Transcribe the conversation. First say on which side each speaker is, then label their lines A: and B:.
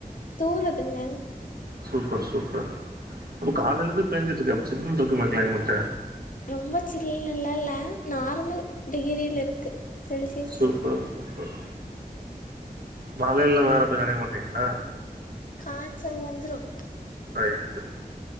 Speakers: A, on the left; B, on the right.
A: தூறுதுங்க
B: சூப்பர் சூப்பர் அப்போ காலைலர்ந்து பேஞ்சிட்ருக்கே அப்ப சில்லுன்ருக்குமே க்ளைமெட்டு
A: ரொம்ப சில்லுனுலா இல்ல நார்மல் டிகிரில இருக்கு செல்சியஸ்
B: சூப்பர் சூப்பர் மழைல வேற போய் நனைய மாட்டீங்ளா
A: காச்சல் வந்துரு
B: ரைட்டு